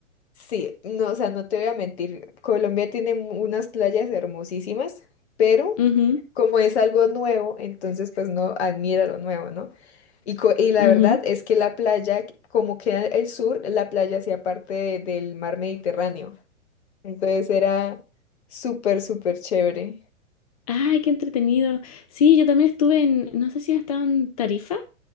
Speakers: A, on the left (about 50°); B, on the left (about 30°).
A: sí, no, o sea, no te voy a mentir, Colombia tiene mu- unas playas hermosísimas, pero
B: Ujú,
A: como es algo nuevo, entonces pues no admira lo nuevo, ¿no? Y, co- y la
B: ujú.
A: verdad es que la playa, como queda el sur, la playa hacía parte de- del mar Mediterráneo. Entonces era súper, súper chévere.
B: Ay, qué entretenido. Sí, yo también estuve en, no sé si has estado en Tarifa,